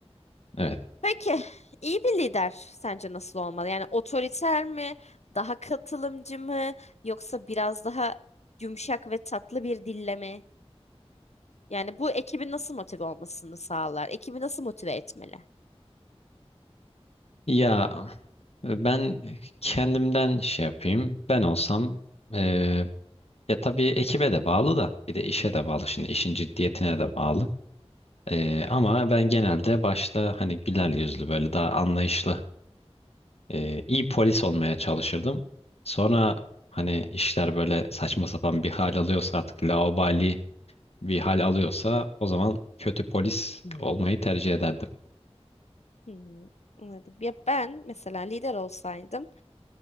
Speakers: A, on the left (about 70°); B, on the left (about 90°).
A: Evet.
B: Peki, iyi bir lider sence nasıl olmalı? Yani otoriter mi, daha katılımcı mı, yoksa biraz daha yumuşak ve tatlı bir dille mi? Yani bu ekibin nasıl motive olmasını sağlar? Ekibi nasıl motive etmeli?
A: Ya ben kendimden şey yapayım. Ben olsam e, Ya tabii ekibe de bağlı da bir de işe de bağlı. Şimdi işin ciddiyetine de bağlı. Ee, ama ben genelde başta hani güler yüzlü böyle daha anlayışlı e, iyi polis olmaya çalışırdım. Sonra hani işler böyle saçma sapan bir hal alıyorsa artık laubali bir hal alıyorsa o zaman kötü polis olmayı tercih ederdim.
B: Hmm, anladım. Ya ben mesela lider olsaydım